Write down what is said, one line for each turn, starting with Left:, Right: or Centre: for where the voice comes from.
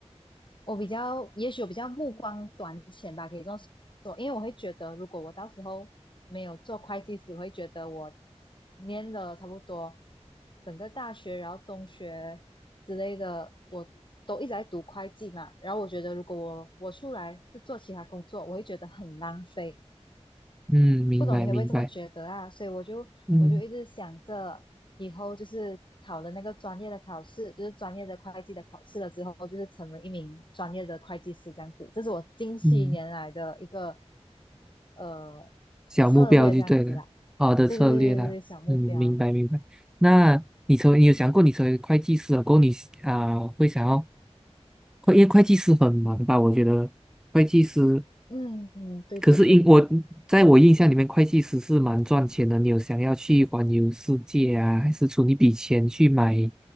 Left: 我比较也许我比较目光短浅吧，可以这么说。因为我会觉得，如果我到时候没有做会计只会觉得我念了差不多整个大学，然后中学之类的，我都一直在读会计嘛。然后我觉得，如果我我出来是做其他工作，我会觉得很浪费。
Centre: 嗯，明白明白。
Left: 不懂你会不会这么觉得啊？所以我就我就一直想着，
Centre: 嗯
Left: 以后就是考了那个专业的考试，就是专业的会计的考试了之后，就是成为一名专业的会计师这样子。这是我近些年来的一个
Centre: 嗯。
Left: 呃
Centre: 小目标就对了，
Left: 策略这样子啦。
Centre: 好的策略啦。
Left: 对对对对对，小目标。
Centre: 嗯，明白明白。那你成为你有想过你成为会计师了过后你啊、会想要会，因为会计师很忙吧？我觉得会计师，
Left: 嗯嗯，对对对。
Centre: 可是因我在我印象里面，会计师是蛮赚钱的。你有想要去环游世界啊，还是存一笔钱去买